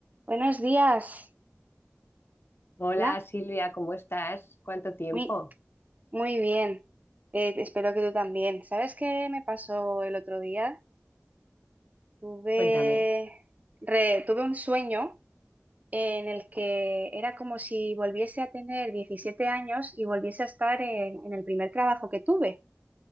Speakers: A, on the right; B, on the left.
A: Buenos días.
B: Hola
A: Hola.
B: Silvia, ¿cómo estás? ¿Cuánto tiempo?
A: Muy, muy bien. Eh, espero que tú también. ¿Sabes qué me pasó el otro día? Tuve,
B: Cuéntame.
A: re- tuve un sueño en el que era como si volviese a tener 17 años y volviese a estar en, en el primer trabajo que tuve.